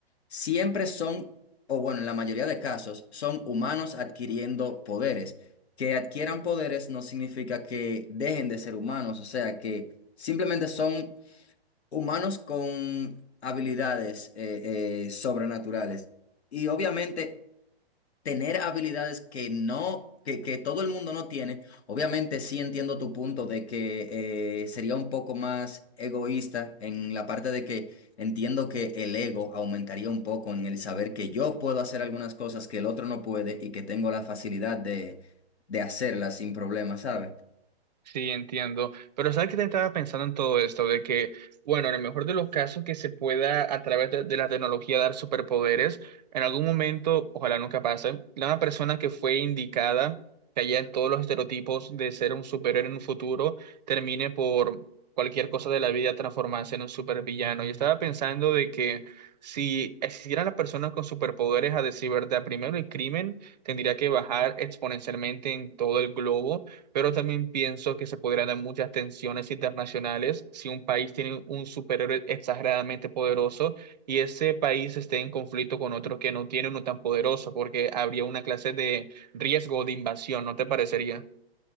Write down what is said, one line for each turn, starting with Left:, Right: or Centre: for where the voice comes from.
Left: siempre son, o bueno, en la mayoría de casos, son humanos adquiriendo poderes que adquieran poderes no significa que dejen de ser humanos, o sea, que simplemente son humanos con habilidades eh, eh, sobrenaturales. Y obviamente tener habilidades que no, que, que todo el mundo no tiene. Obviamente sí entiendo tu punto de que eh, sería un poco más egoísta en la parte de que entiendo que el ego aumentaría un poco en el saber que yo puedo hacer algunas cosas que el otro no puede y que tengo la facilidad de, de hacerlas sin problema, ¿sabes?
Right: Sí, entiendo. Pero ¿sabes qué te estaba pensando en todo esto? De que, bueno, en el mejor de los casos que se pueda a través de, de la tecnología dar superpoderes, en algún momento, ojalá nunca pase, la una persona que fue indicada, que haya en todos los estereotipos de ser un superhéroe en un futuro, termine por cualquier cosa de la vida transformarse en un supervillano. Y estaba pensando de que si existieran las personas con superpoderes, a decir verdad, primero el crimen tendría que bajar exponencialmente en todo el globo pero también pienso que se podrían dar muchas tensiones internacionales si un país tiene un superhéroe exageradamente poderoso y ese país esté en conflicto con otro que no tiene uno tan poderoso, porque habría una clase de riesgo de invasión, ¿no te parecería?